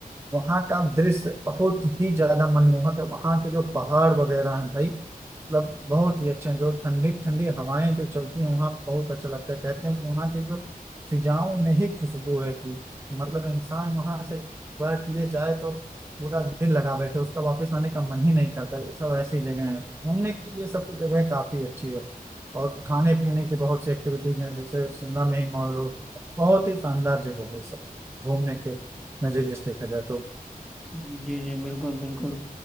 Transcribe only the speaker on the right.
वहाँ का दृश्य बहुत ही ज्यादा मनमोहक है वहाँ के जो पहाड़ वगैरह हैं भाई मतलब बहुत ही अच्छे हैं जो ठंडी ठंडी हवाएं जो चलती हैं वहाँ बहुत अच्छा लगता है कहते हैं कि वहाँ के जो फिजाओं में ही खुशबू है कि मतलब इंसान वहाँ से बैठ लिए जाए तो पूरा दिल लगा बैठे उसका वापस आने का मन ही नहीं करता ये सब ऐसी जगह है घूमने की ये सब जगह काफी अच्छी है और खाने पीने की बहुत सी एक्टिविटीज हैं जैसे शिमला में ही मान लो बहुत ही शानदार जगह है सब घूमने के नजरिए से देखा जाए तो